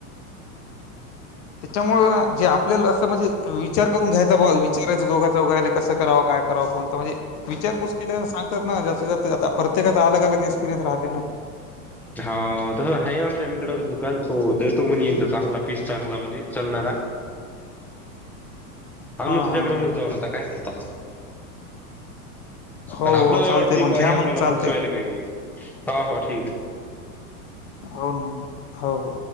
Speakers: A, on the left; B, in the centre.
A: ह <inaudible> त्याच्यामुळ जे आपल्याला असं म्हणजे विचार करून घ्यायचा बाबा विचारायचं दोघांच चौघा ले कसं करावं काय. करा कोणता तर म्हणजे विचारपूस केली सांगतात ना जास्त <unintelligible> प्रत्येकाचा अलग अलग एक्पिरियनस राहते ना.
B: हा तसं आहे आमच्या मित्राचं दुकान तो देतो म्हने एकदा चांगला पीस चांगला म्हणजे चलणारा. आणू
A: हा
B: त्याचाकडून
A: हा हा
B: जाऊ नआता काय करता.
A: हो
B: आणि आपल्यालाही
A: हो चालते
B: वाटतं
A: मग
B: बा
A: घ्या
B: हे
A: मग
B: आपल्याला
A: चालते
B: फसवायल काय ह हो ठीक आहे.
A: होन होन हो हो